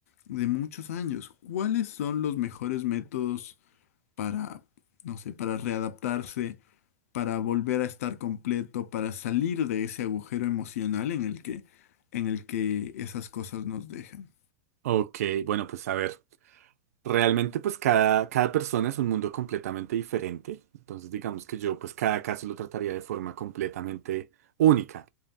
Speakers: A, on the left; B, on the right.
A: de muchos años. ¿Cuáles son los mejores métodos para, no sé, para readaptarse? para volver a estar completo, para salir de ese agujero emocional en el que, en el que esas cosas nos dejan.
B: Ok, bueno, pues a ver. Realmente, pues cada, cada persona es un mundo completamente diferente. Entonces, digamos que yo, pues cada caso lo trataría de forma completamente única.